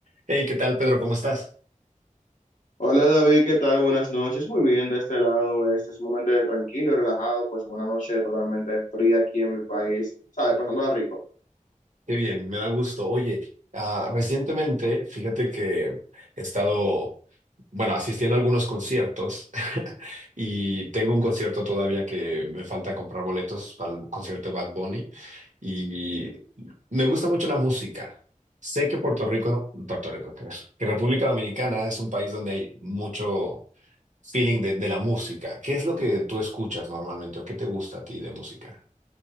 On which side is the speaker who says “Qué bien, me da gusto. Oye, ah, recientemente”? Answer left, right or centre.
Right